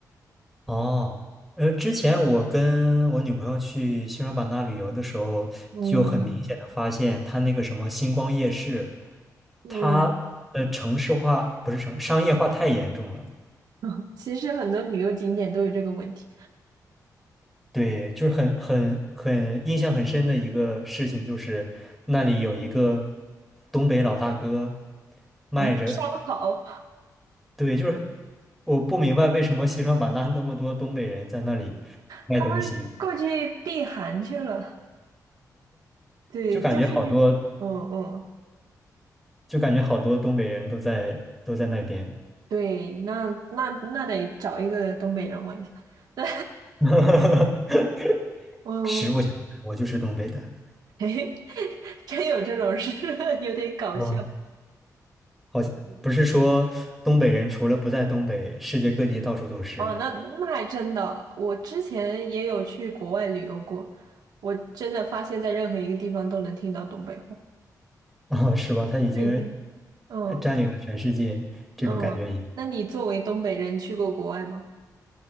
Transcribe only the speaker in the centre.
哦，呃，之前我跟我女朋友去西双版纳旅游的时候，
就很明显的发现，它那个什么星光夜市，
它的城市化不是城商业化太严重了。
对，就是很很很印象很深的一个事情，就是那里有一个东北老大哥卖着，
对，就是我不明白为什么西双版纳那么多东北人在那里卖东西，
就感觉好多。
就感觉好多东北人都在都在那边。
<laughs>
实不相瞒，我就是东北的。
嗯，好像不是说东北人除了不在东北，世界各地到处都是
啊，是吧？他已经
呃占领了全世界，这种感觉也。